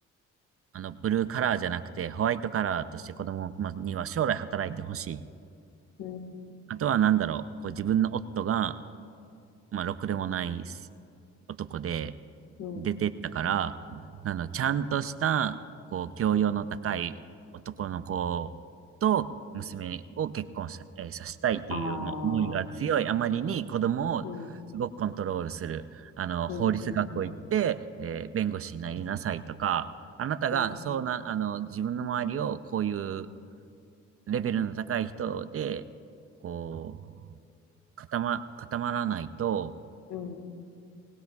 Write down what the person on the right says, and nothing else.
あの、ブルーカラーじゃなくて、ホワイトカラーとして子供まあには将来働いてほしい。
あとは、なんだろう、こう自分の夫が、まあ、ろくでもない男で、
出てったから、あの、ちゃんとした、こう、教養の高い男の子と娘を結婚さ、えーさせたいっていう、
もう思いが強いあまりに子供をすごくコントロールする。
あの、
法律学校行って、
えー弁護士になりなさいとか、あなたがそうな、
あの、自分の周りをこういうレベルの高い人で、こう、固ま、固まらないと、